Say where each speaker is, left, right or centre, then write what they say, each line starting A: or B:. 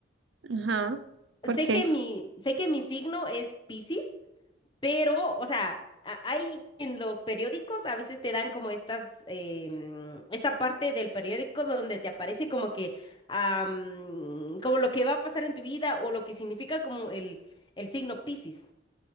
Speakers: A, on the right (about 80°); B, on the left (about 25°).
A: Ajá. ¿Por
B: Sé
A: qué?
B: que mi, sé que mi signo es Piscis, pero, o sea, a- hay en los periódicos a veces te dan como estas, em, esta parte del periódico donde te aparece como que, am, como lo que va a pasar en tu vida o lo que significa como el, el signo Piscis.